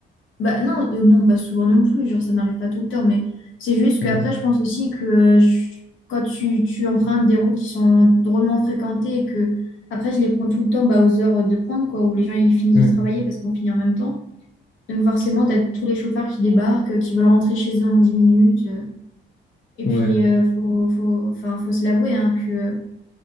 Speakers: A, on the left; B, on the left.
A: Bah non, euh, non, pas souvent non plus, genre ça m'arrive pas tout le temps, mais c'est juste
B: Mm.
A: qu'après je pense aussi que euh, je- quand tu, tu empruntes des routes qui sont drôlement fréquentées et que après je les prends tout le temps bah, aux heures de pointe, quoi, où les gens ils finissent
B: Mm.
A: de travailler parce qu'on finit en même temps. Donc forcément, t'as tous les chauffeurs qui débarquent, euh, qui veulent rentrer chez eux en 10 minutes. euh. Et
B: Ouais.
A: puis, euh, faut, faut, enfin, faut se l'avouer, hein, que,